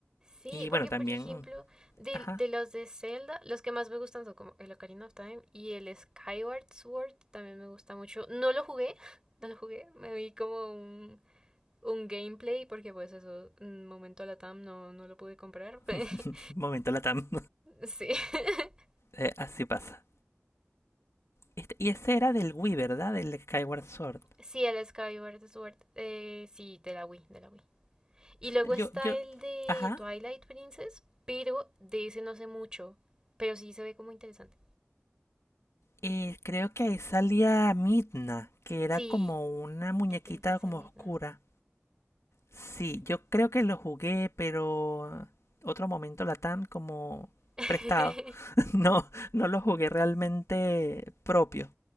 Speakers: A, on the right (about 15°); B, on the left (about 80°).
A: Sí,
B: Y
A: porque
B: bueno, también...
A: por ejemplo, de,
B: Ajá.
A: de los de Zelda, los que más me gustan son como el Ocarina of Time y el Skyward Sword también me gusta mucho. No lo jugué, <laughs> no lo jugué, me vi como un, un gameplay porque pues eso, un momento la TAM no, no lo pude comprar. <laughs>
B: <laughs> Momento Latam. <laughs>
A: Sí, <laughs>
B: Eh, así pasa. Este- y ese era del Wii, ¿verdad? Del Skyward Sword.
A: sí, el Skyward Sword, eh, sí, de la Wii, de la Wii. Y luego
B: Yo,
A: está
B: yo...
A: el de
B: Ajá.
A: Twilight Princess, pero de ese no sé mucho, pero sí se ve como interesante.
B: Eh, creo que ahí salía Midna, que era
A: Sí,
B: como una muñequita
A: la princesa
B: como
A: Midna.
B: oscura. Sí,
A: sí.
B: yo creo que lo jugué, pero otro momento Latam como
A: <laughs>
B: prestado. <laughs> No, no lo jugué realmente propio.